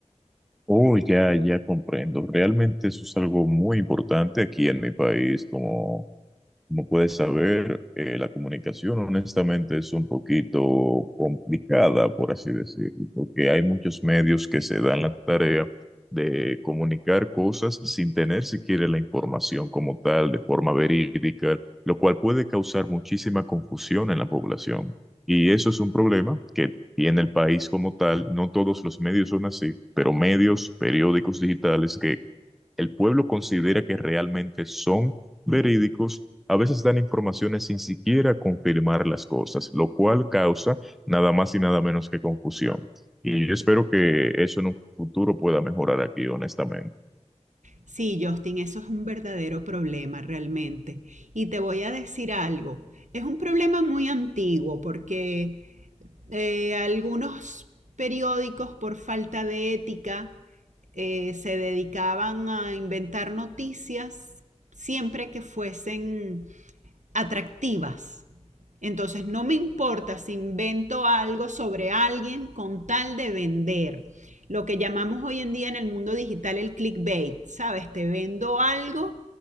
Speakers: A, in the centre; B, on the right.
A: Oh, ya, ya comprendo. Realmente eso es algo muy importante aquí en mi país, como como puedes saber, eh, la comunicación honestamente es un poquito complicada, por así decirlo, porque hay muchos medios que se dan la tarea de comunicar cosas sin tener siquiera la información como tal, de forma verídica, lo cual puede causar muchísima confusión en la población. Y eso es un problema que tiene el país como tal. No todos los medios son así, pero medios, periódicos digitales que el pueblo considera que realmente son verídicos, a veces dan informaciones sin siquiera confirmar las cosas, lo cual causa nada más y nada menos que confusión. Y yo espero que eso en un futuro pueda mejorar aquí, honestamente.
B: Sí, Justin, eso es un verdadero problema realmente. Y te voy a decir algo, es un problema muy antiguo porque eh, algunos periódicos por falta de ética eh, se dedicaban a inventar noticias siempre que fuesen atractivas. Entonces no me importa si invento algo sobre alguien con tal de vender. Lo que llamamos hoy en día en el mundo digital el clickbait, ¿sabes? Te vendo algo